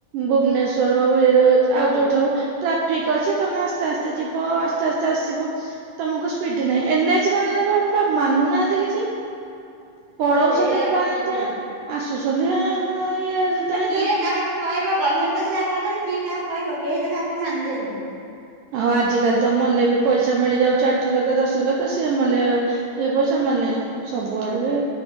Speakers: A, on the right; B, on the right.
A: ଭୁବନେସ୍ୱର ହଉ ଏରୋ ଆଉ ଯୋଉଠି ହଉ ଟ୍ରାଫିକ୍ ଅଛି ତମେ ଆସ୍ତେ ଆସ୍ତେ ଯିବ ଆସ୍ତେ ଆସ୍ତେ ଆସିବ। ତମକୁ ସ୍ପିଡ ନାହିଁ ଏନଏଚ ମାନଙ୍କରେ ପା ମାନୁ ନାହାନ୍ତି କିଛି। ପଳଉଛନ୍ତି
B: ଆଉ ସେଇଆ ଆଉ କଣ
A: ପା
B: କରିବି।
A: ଯା ଆସୁଛନ୍ତି ହ ମୁଁ ଇଏ ଧାଇଁ
B: ଏ କିଏ
A: ଧାଇଁ
B: କାହାକୁ କହିବ ଗମେଣ୍ଟ୍ ତ ସେୟଆ କଲେ କିଏ କାହାକୁ କହିବ କେହି ତ କାହା କଥା ମାନିଲେନି।
A: ଆଉ ଆଜିକାଲି ତ ମଲେ ବି ପଇସା ମିଳିଯାଉଛି ଆଠ ଲକ୍ଷ ଦଶ ଲକ୍ଷ ସିଏ ମଲେ ଇଏ ପଇସା ମାନେ ସବୁଆଡେ ବି